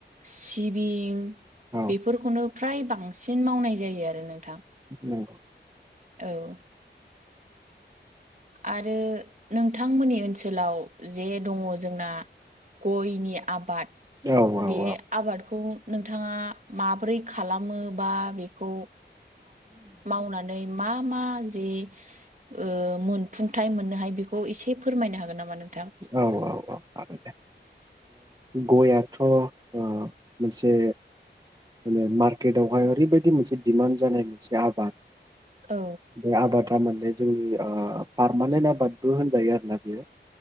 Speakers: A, on the right; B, on the right.
A: सिबिं
B: औ
A: बेफोरखौनो। फ्राय बांसिन मावनाय जायो आरो नो
B: नंगौ।
A: औ आरो नोंथांमोननि ओनसोलाव जे दङ जोंना। गयनि आबाद
B: औ औ
A: बे
B: औ
A: आबादखौ नोंथाङा माब्रै खालामो बा बेखौ मावनानै मा मा जे ओ मोन फुंथायाइ मोननो हाय बेखौ एसे फोरमायनो हागोन नामा? नों
B: औ औ औ हागोन दे। गयाथ' मोनसे माने मार्केटआवहाय ओरैबायदि मोनसे दिडमान्ड जानाय मोनसे आबाद।
A: औ
B: दे आबाद थारमाने जोंनि पारमानेन्ट आबादबो होनजायो आरोना बेयो।